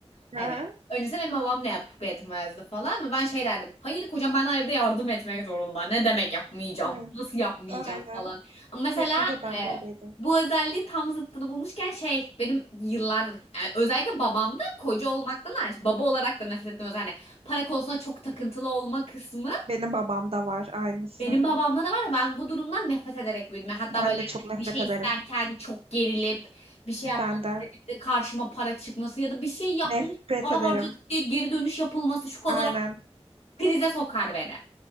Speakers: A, on the left; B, on the right.
A: Hani
B: Hı,
A: öncesinde benim babam ne yapıp etmezdi falan ve ben şey derdim. Hayır kocam bana evde yardım etmek zorunda. Ne demek yapmayacağım?
B: Evet,
A: Nasıl yapmayacağım
B: aynen.
A: falan. Ama mesela
B: Kesinlikle ben
A: e,
B: de öyleydim.
A: bu özelliği tam zıttını bulmuşken şey benim yıllardır yani özellikle babamda koca olmaktan hariç baba olarak da nefret ettiğim özelliği para konusunda çok takıntılı olma kısmı
B: Benim babam da var aynısı.
A: benim babamla da var ya ben bu durumdan nefret ederek büyüdüm. Yani Hatta
B: Ben
A: böyle
B: de çok
A: hani
B: nefret
A: bir şey
B: ederim.
A: isterken çok gerilip bir şey yapmak
B: Ben de
A: istediğimde karşıma para çıkması ya da bir şey yapmış
B: nefret
A: para
B: ederim.
A: harcadık diye geri dönüş yapılması şu kadar
B: Aynen.
A: krize sokar beni.